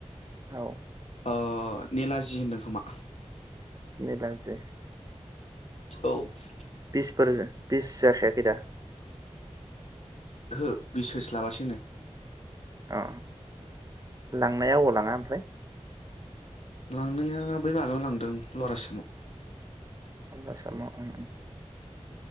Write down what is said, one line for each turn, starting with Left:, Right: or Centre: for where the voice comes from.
Right: औ
Left: अ नेलाजि होनदों खोमा
Right: नेला जि
Left: औ ओहो
Right: बिसफोर जो बिस जाखायाखै दा?
Left: ओहो बिस होस्लाबासैनो
Right: अ लांनाया अबाव लाङा ओमफ्राय
Left: लांनाया बै माजायाव लांदों लरासाइमाव
Right: आसामाव उम उम